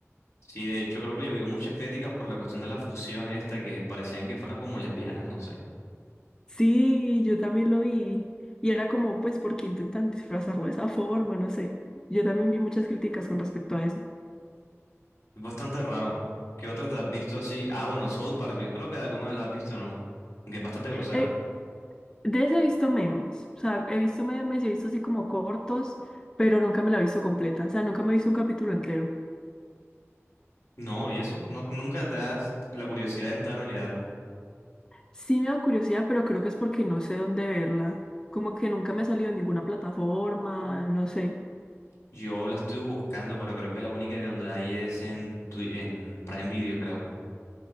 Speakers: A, on the left; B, on the left.
A: Sí, de hecho creo que llovió muchas críticas por la cuestión de la fusión esta, que parecían que fueran como lesbianas, no sé.
B: Sí, yo también lo vi. Y era como, pues, ¿por qué intentan disfrazarlo de esa forma? No sé. Yo también vi muchas críticas con respecto a eso.
A: Es bastante raro. ¿Qué otra te has visto así? Ah, bueno, South Park, yo creo que alguna la has visto, ¿no? Que es bastante grosera.
B: Eh, de ese he visto memes. O sea, he visto memes y he visto así como cortos, pero nunca me la he visto completa. O sea, nunca me he visto un capítulo entero.
A: No, ¿y eso? No, nunca te das la curiosidad de entrar a mirarlo.
B: Sí me da curiosidad, pero creo que es porque no sé dónde verla. Como que nunca me ha salido en ninguna plataforma, no sé.
A: Yo la estoy buscando, pero creo que la única que donde hay es en, Twi- en Prime Video, creo.